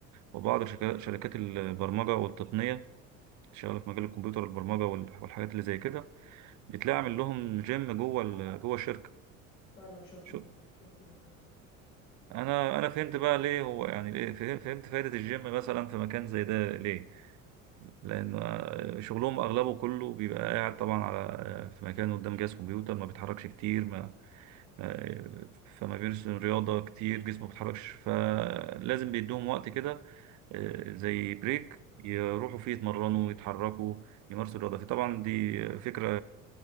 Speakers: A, on the right; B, on the left.
A: وبعض شركا- شركات البرمجة والتقنية اللي شغالة في مجال الكمبيوتر والبرمجة وال- والحاجات اللي زي كده بتلاقي عامل لهم جيم جوه ال- جوه الشركة
B: فعلا شفت
A: شو
B: ده شفت ده فعلا
A: انا انا فهمت بقى ليه هو يعني ليه فه- فهمت فايدة الجيم مثلا في مكان زي ده ليه لان آه، شغلهم اغلبه كله بيبقى قاعد طبعا على آه، في مكان قدام جهاز كمبيوتر ما بيتحركش كتير ما ما- آه، فما بيرسم رياضة كتير جسمه ما بيتحركش فلازم بيدوهم وقت كده آه، زي بريك يروحوا فيه يتمرنوا يتحركوا يمارسوا الرياضة فطبعا دي فكرة